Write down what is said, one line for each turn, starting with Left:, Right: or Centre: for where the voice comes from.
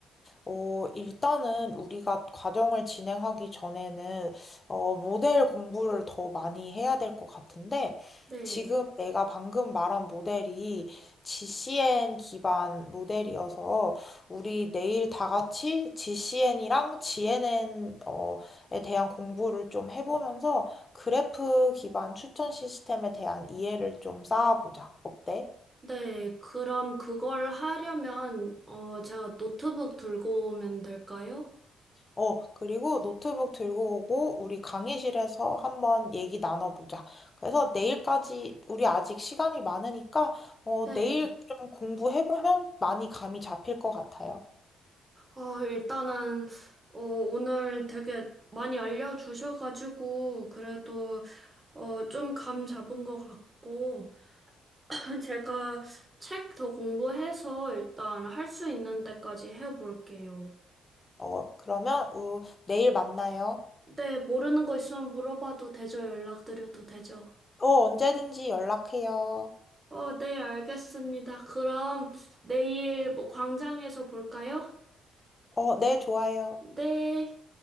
Left: 어, 일단은 우리가 과정을 진행하기 전에는, 어, 모델 공부를 더 많이 해야 될 것 같은데,
Right: 네.
Left: 지금 내가 방금 말한 모델이 GCN 기반 모델이어서, 우리 내일 다 같이 GCN이랑 GNN, 어, 에 대한 공부를 좀 해보면서, 그래프 기반 추천 시스템에 대한 이해를 좀 쌓아보자. 어때?
Right: 네, 그럼 그걸 하려면, 어, 제가 노트북 들고 오면 될까요?
Left: 어, 그리고 노트북 들고 오고 우리 강의실에서 한번 얘기 나눠보자. 그래서 내일까지 우리 아직 시간이 많으니까 어,
Right: 네.
Left: 내일 좀 공부해보면 많이 감이 잡힐 것 같아요.
Right: 어, 일단은, 어, 오늘 되게 많이 알려주셔가지고, 그래도, 어, 좀 감 잡은 것 같고, <laughs> 제가 책 더 공부해서 일단 할 수 있는 데까지 해볼게요.
Left: 어, 그러면 어, 내일 만나요.
Right: 네, 모르는 거 있으면 물어봐도 되죠? 연락드려도 되죠?
Left: 어, 언제든지 연락해요.
Right: 어, 네, 알겠습니다. 그럼 내일 뭐 광장에서 볼까요?
Left: 어, 네, 좋아요.
Right: 네.